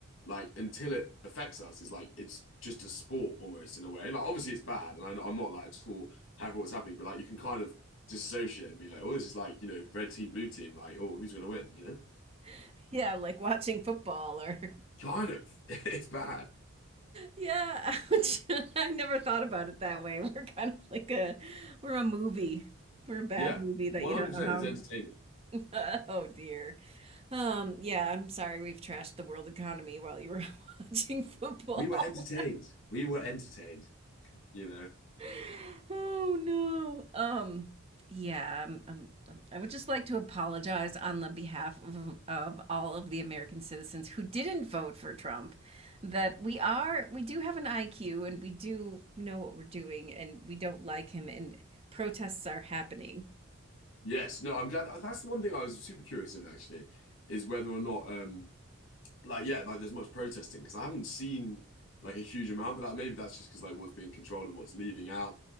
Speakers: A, on the left (about 65°); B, on the right (about 30°).
A: like until it affects us, is like it's just a sport almost in a way. Like obviously it's bad, and I, I'm not like at all happy with what's happening. But like you can kind of disassociate and be like, oh, this is like you know red team, blue team. Like oh, who's gonna win? You know,
B: <laughs> yeah, like watching football or
A: kind of. <laughs> It's bad.
B: Yeah, ouch. <laughs> I never thought about it that way. <laughs> We're kind of like a we're a movie. We're a bad
A: Yeah,
B: movie that
A: 100%
B: you don't know how.
A: It's entertainment.
B: <laughs> Oh dear. Um, yeah, I'm sorry we've trashed the world economy while you were <laughs> watching football.
A: We were entertained. We were entertained. you know.
B: <laughs> Oh no. Um yeah, um, um, um, I would just like to apologize on the behalf of, of all of the American citizens who didn't vote for Trump that we are we do have an IQ and we do know what we're doing and we don't like him and protests are happening.
A: Yes, no, I'm glad that's the one thing I was super curious in actually, is whether or not um like yeah, like there's much protesting because I haven't seen like a huge amount, but that maybe that's just because like what's being controlled and what's leaving out.